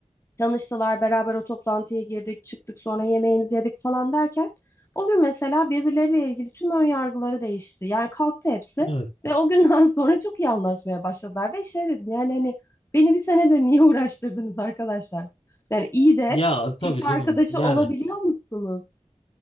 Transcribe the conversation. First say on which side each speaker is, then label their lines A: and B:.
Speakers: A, on the left; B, on the left.
A: Tanıştılar, beraber o toplantıya girdik, çıktık sonra yemeğimizi yedik falan derken o gün mesela birbirleriyle ilgili tüm ön yargıları değişti. Yani kalktı hepsi
B: Evet.
A: ve o günden <laughs> sonra çok iyi anlaşmaya başladılar. Ve şey dedim yani hani beni bir senedir niye uğraştırdınız arkadaşlar? Yani iyi de
B: Ya tabii
A: iş
B: canım.
A: arkadaşı
B: Yani
A: olabiliyor musunuz?